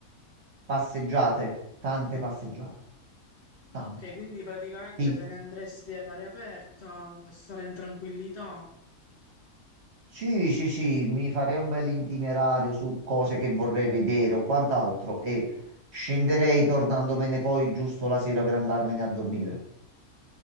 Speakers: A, on the right; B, on the left.
A: passeggiate, tante passeggiate.
B: Ah,
A: Tante.
B: ok, quindi praticamente
A: Sì,
B: te ne andresti all'aria aperta, a stare in tranquillità.
A: sì, sì, sì, mi farei un bel itinerario su cose che vorrei vedere o quant'altro e scenderei tornandomene poi giusto la sera per andarmene a dormire.